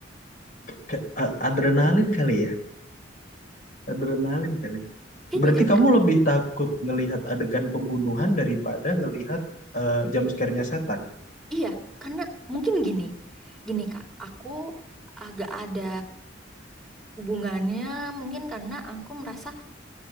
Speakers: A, on the left; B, in the centre.
A: Ke- a- adrenalin kali ya. Adrenalin kali.
B: <laughs> kayaknya
A: Berarti
B: karena
A: kamu lebih takut ngelihat adegan pembunuhan daripada ngelihat eh, jump scare-nya setan.
B: iya karena mungkin gini gini kak aku agak ada hubungannya mungkin karena aku merasa